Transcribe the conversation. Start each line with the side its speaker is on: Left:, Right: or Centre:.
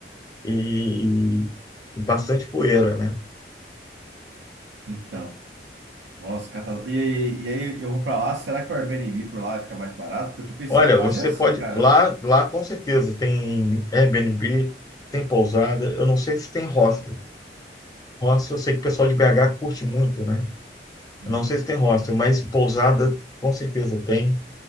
Left: e, e bastante poeira, né?
Right: Então, Nossa, catas- E aí, e aí eu vou pra lá, será que o Airbnb por lá fica mais barato? Porque eu tô pensando
Left: Olha,
Right: em fazer
Left: você
Right: assim,
Left: pode
Right: cara.
Left: lá, lá com certeza tem Airbnb, tem pousada. Eu não sei se tem hostel, Hostel, eu sei que o pessoal de BH curte muito, né?
Right: uhum,
Left: Eu não sei se tem hostel, mas pousada com certeza tem.